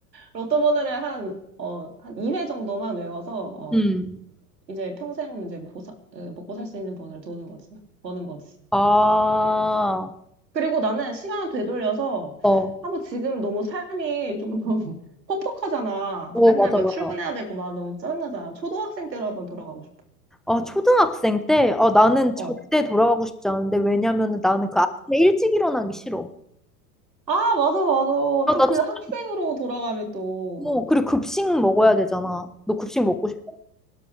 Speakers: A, on the right (about 80°); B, in the centre.
A: 로또 번호를 한, 어, 한 2회 정도만 외워서, 어,
B: 음.
A: 이제 평생 이제 먹고 사, 에, 먹고 살 수 있는 번호를 도는 거지. 버는 거지.
B: 아,
A: 그리고 나는 시간을 되돌려서,
B: 어,
A: 한번 지금 너무 삶이 좀 <laughs> 퍽퍽하잖아.
B: 오,
A: 아, 맨날
B: 맞아,
A: 막
B: 맞아.
A: 출근해야 되고 막 너무 짜증나잖아. 초등학생 때로 한번 돌아가고 싶어.
B: 아, 초등학생 때, 아, 나는 절대
A: 어.
B: 돌아가고 싶지 않은데, 왜냐면은 나는 그 아침에 일찍 일어나기 싫어.
A: 아, 맞아, 맞아.
B: 아,
A: 또
B: 나
A: 그
B: 진짜,
A: 학생으로 돌아가면 또,
B: 어, 그리고 급식 먹어야 되잖아. 너 급식 먹고 싶어?